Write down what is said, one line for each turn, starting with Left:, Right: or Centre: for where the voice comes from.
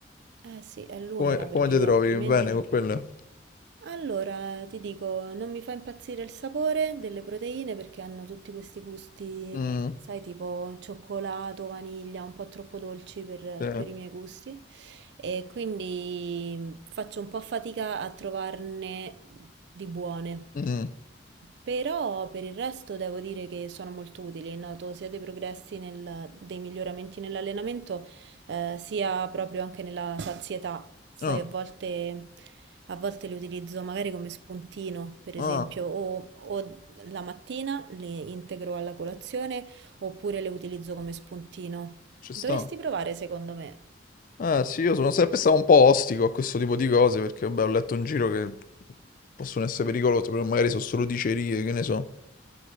Right: Eh sì, è l'unica
Left: come,
Right: perché
Left: come ti trovi?
Right: altrimenti...
Left: Bene con quelle?
Right: Allora, ti dico, non mi fa impazzire il sapore delle proteine perché hanno tutti questi gusti,
Left: Mm,
Right: sai, tipo cioccolato, vaniglia, un po' troppo dolci per,
Left: sì.
Right: per i miei gusti. E quindi faccio un po' fatica a trovarne di buone.
Left: Mm,
Right: Però per il resto devo dire che sono molto utili, noto sia dei progressi nel- dei miglioramenti nell'allenamento, eh, sia proprio anche nella sazietà. Sai,
Left: ah,
Right: a volte, a volte li utilizzo magari come spuntino, per
Left: ah,
Right: esempio, o, o la mattina li integro alla colazione oppure le utilizzo come spuntino.
Left: ci
Right: Dovresti
Left: sta.
Right: provare, secondo me.
Left: Eh sì, io sono sempre stato un po' ostico a questo tipo di cose perché vabbè, ho letto in giro che possono essere pericolose, però magari sono solo dicerie, che ne so.